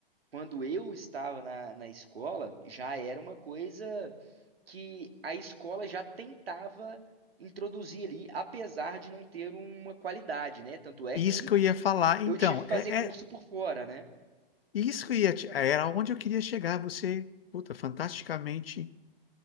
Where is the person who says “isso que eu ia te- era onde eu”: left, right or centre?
Left